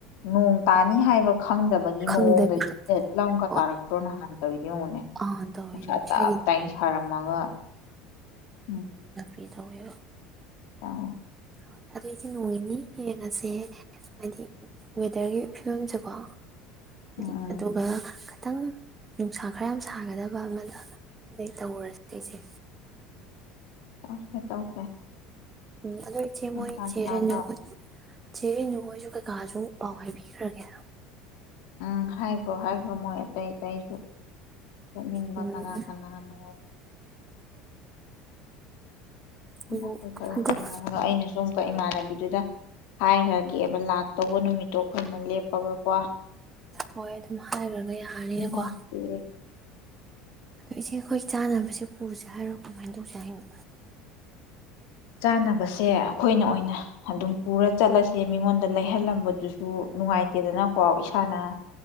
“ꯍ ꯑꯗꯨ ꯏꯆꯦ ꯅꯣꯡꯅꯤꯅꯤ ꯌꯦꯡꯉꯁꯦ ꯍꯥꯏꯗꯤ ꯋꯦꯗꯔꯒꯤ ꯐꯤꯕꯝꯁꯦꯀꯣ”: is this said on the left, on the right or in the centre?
Right